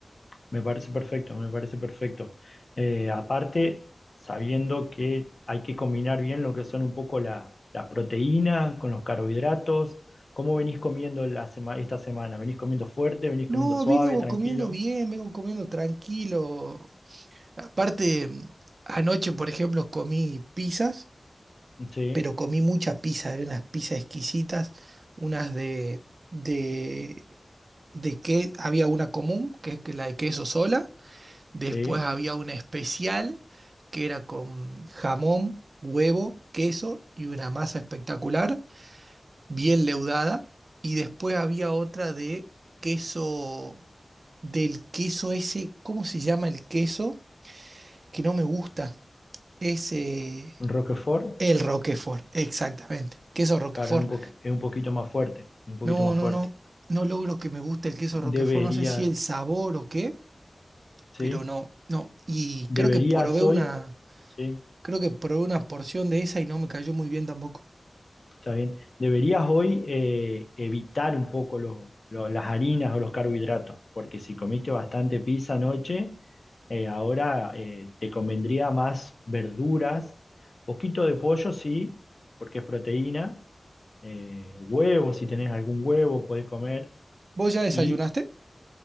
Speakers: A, on the left (about 55°); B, on the right (about 60°).
A: Me parece perfecto, me parece perfecto. Eh, aparte, sabiendo que hay que combinar bien lo que son un poco la, las proteínas con los carbohidratos. ¿Cómo venís comiendo la sema- esta semana? ¿Venís comiendo fuerte? ¿Venís
B: No,
A: comiendo suave,
B: vengo
A: tranquilo?
B: comiendo bien, vengo comiendo tranquilo. Aparte, anoche, por ejemplo, comí pizzas
A: Sí.
B: pero comí mucha pizza, había unas pizzas exquisitas, unas de, de, de que había una común, que es que la de queso sola, después
A: Sí,
B: había una especial, que era con jamón, huevo, queso y una masa espectacular, bien leudada, y después había otra de queso, del queso ese, ¿cómo se llama el queso? Que no me gusta, ese...
A: Roquefort,
B: El Roquefort, exactamente. Queso Roquefort.
A: claro, es un, poqu- es un poquito más fuerte, un poquito
B: No,
A: más
B: no,
A: fuerte.
B: no, no logro que me guste el queso Roquefort,
A: Deberías,
B: no sé si el sabor o qué,
A: sí,
B: pero no, no. Y
A: deberías
B: creo que probé una,
A: hoy, sí,
B: creo que probé una porción de esa y no me cayó muy bien tampoco.
A: está bien, deberías hoy eh, evitar un poco los, lo- las harinas o los carbohidratos, porque si comiste bastante pizza anoche, eh, ahora eh, te convendría más verduras, poquito de pollo, sí, porque es proteína, eh, huevo, si tenés algún huevo, podés comer
B: ¿Vos ya desayunaste?
A: y